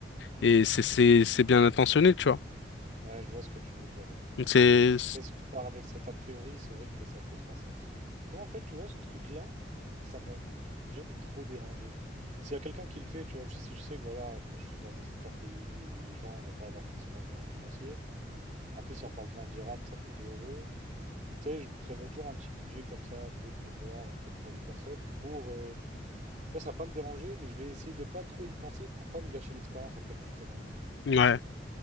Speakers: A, on the left; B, on the right.
A: et c'est c'est c'est bien intentionné, tu vois.
B: Ouais, je vois ce que tu veux dire, ouais. ouais.
A: Donc c'est
B: Après, si tu pars avec cet a priori, c'est vrai que ça peut te faire ça. Moi, en fait, tu vois, ce truc-là, ça m'a jamais trop dérangé. S'il y a quelqu'un qui le fait, tu vois, si je sais que voilà, que je suis dans un certain pays où les gens vont pas avoir forcément de moyens financiers. En plus, si on parle de 20 dirhams, ça fait 2 euros. Tu sais, je prévois toujours un petit budget comme ça, un peu pour boire, un peu pour les personnes, pour... euh, Tu vois, ça va pas me déranger, mais je vais essayer de pas trop y penser pour pas me gâcher l'expérience, en fait, justement.
A: Ouais,